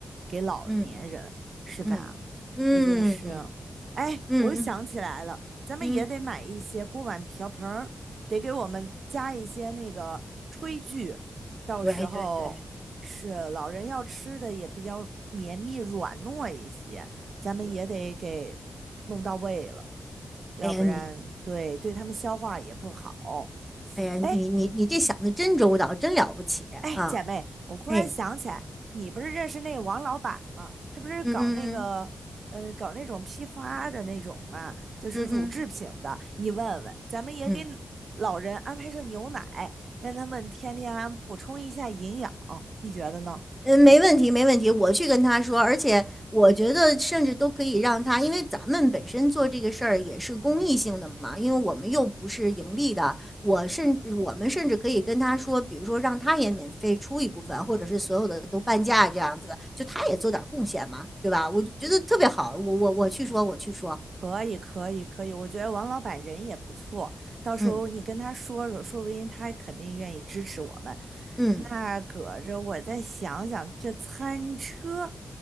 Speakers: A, on the right; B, in the centre.
A: 给老年人，
B: 嗯
A: 是吧？
B: 嗯嗯
A: 我就是，哎，
B: 嗯，
A: 我又想起来了，咱们也得买一些锅碗瓢盆儿，
B: 嗯
A: 得给我们加一些那个炊具，到时候是老人要吃的也比较绵密软糯一些，
B: 对对对
A: 咱们也得给弄到位了，
B: 对，
A: 要不然对对他们消化也不好。
B: 哎呀你哎呀你你你这想的真周到，
A: 哎，
B: 真了不起啊！
A: 哎，姐妹，我忽然想起来，
B: 哎，
A: 你不是认识那个王老板吗？他不是搞那个，
B: 嗯嗯
A: 呃，搞那种批发的那种嘛，就是乳制品的。
B: 嗯嗯嗯
A: 你问问，咱们也给
B: 嗯。
A: 老人安排上牛奶，让他们天天补充一下营养，你觉得呢？
B: 嗯，没问题，没问题，我去跟他说，而且我觉得甚至都可以让他，因为咱们本身做这个事儿也是公益性的嘛，因为我们又不是盈利的，我甚我们甚至可以跟他说，比如说让他也免费出一部分，或者是所有的都半价这样子，就他也做点贡献嘛，对吧？我觉得特别好，我我我去说，我去说，
A: 可以，可以，可以。我觉得王老板人也不错，到时候你跟他说说，
B: 嗯
A: 说不定他肯定愿意支持我们。
B: 嗯
A: 那搁着我再想想，这餐车，